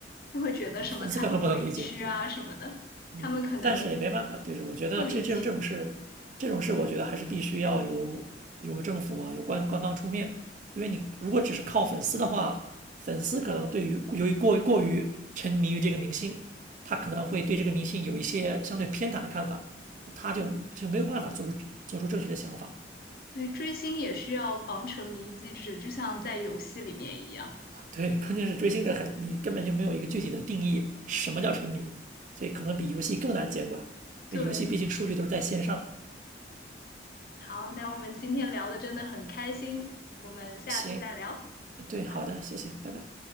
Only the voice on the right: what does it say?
对，粉丝可能不能理解，对，嗯，
但是也没办法，对，是，我觉得这这种这种事，
这种事，我觉得还是必须要由由政府啊，由官官方出面，因为你如果只是靠粉丝的话，粉丝可能对于由于过于过于沉迷于这个明星，他可能会对这个明星有一些相对偏袒的看法，那他就就没有办法做出做出正确的想法，
对，关键是追星这很，你根本就没有一个具体的定义，什么叫沉迷，所以可能比游戏更难监管，
因为游戏毕竟数据都是在线上。
行，对，好的，
谢谢，拜拜。